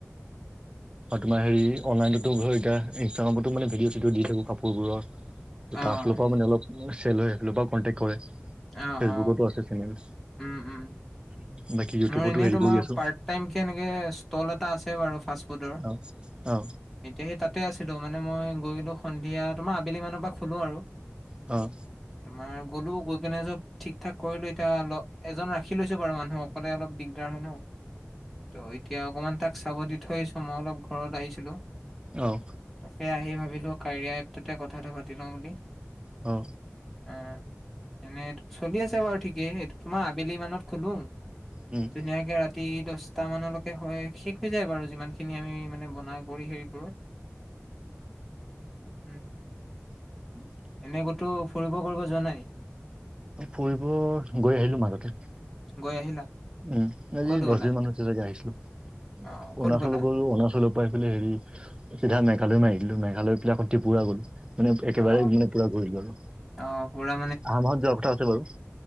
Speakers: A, on the right (about 20°); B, in the centre.
A: আৰু তোমাৰ হেৰি অনলাইনতো ঘ এতিয়া ইনষ্টাগ্ৰামত মানে ভিডিঅ' চিডি দি থাকো কাপোৰবোৰৰ ত'
B: অ'
A: তাৰ ফালৰ পৰাও মানে অলপ চেল হয় সেইফালৰ পৰাও কণ্টেক্ট কৰে ফেচবুকতো
B: অ' অ'
A: আছে চেনেল
B: উম উম।
A: বাকী ইউটিউবতো
B: মোৰ এনে
A: হেৰি
B: তোমাৰ
A: কৰি আছো
B: পা পাৰ্ট টাইমকে এনেকে ষ্টল এটা আছে বাৰু ফাষ্ট ফুডৰ।
A: অ অ।
B: এতিয়া সেই তাতে আছিলো মানে মই গৈ কিন্তু সন্ধিয়া তোমাৰ আবেলি মানৰ পৰা খোলো আৰু।
A: অ'।
B: তোমাৰ গ'লো গৈ কেনে চব ঠিক ঠাক কৰিলো এতিয়া এজন ৰাখি লৈছো বাৰু মানুহক। অকলে অলপ দিগদাৰ হয় ন। ত' এতিয়া অকমান তাক চাব দি থৈ আহিছোঁ। মই অলপ ঘৰত আহিছিলোঁ।
A: অঁ।
B: তাকে আহি ভাবিলোঁ, কাৰিয়া এপটোতে কথা এটা পাতি লওঁ বুলি।
A: অ'।
B: উম, এনেইটো চলি আছে বাৰু ঠিকেই। এইটো তোমাৰ আবেলিমানত খোলোঁ।
A: উম উম
B: ধুনীয়াকে ৰাতি দহটা মানলৈকে হয়, শেষ হৈ যায় বাৰু যিমান খিনি আমি মানে ব নাই কৰি হেৰি কৰো। উম।
A: <inaudible>
B: এনে কতো ফুৰিব কৰিব যোৱা নাই?
A: ফুৰিব গৈ আহিলো মাজতে।
B: গৈ আহিলা?
A: উম, আজি
B: ক'ত
A: দশ
B: গ'লা
A: দিনমান হৈছে চাগে আহিছিলোঁ।
B: অ ক'ত
A: অৰুণাচলত
B: গ'লা
A: গ'লোঁ, অৰুণাচলত গৈ পেলাই, চিধা মেঘালয় মাৰি দিলোঁ। মেঘালয়ৰ পৰা আকৌ ত্ৰিপুৰা গ'লোঁ। মানে একেবাৰে
B: অ
A: মানে পুৰা ঘূৰিলো আৰু,
B: অ পুৰা
A: আহা মাহত যোৱা কথা আছে বাৰু।